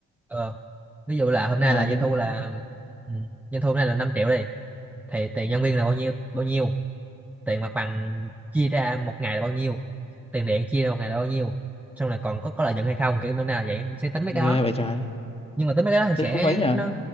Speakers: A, in the centre; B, on the left (about 20°).
A: ờ, ví dụ là hôm nay
B: À
A: là doanh
B: tính,
A: thu là
B: tính...
A: ừ, doanh thu hôm nay là 5 triệu đi thì tiền nhân viên là bao nhiêu bao nhiêu tiền mặt bằng chia ra một ngày là bao nhiêu tiền điện chia ra một ngày là bao nhiêu xong là còn có có lợi nhuận hay không kiểu bữa nào là vậy sẽ tính mấy
B: ghê
A: cái đó
B: vậy trời.
A: nhưng mà tính mấy cái đó thì
B: Thế
A: sẽ
B: cũng mấy nhỉ?
A: nó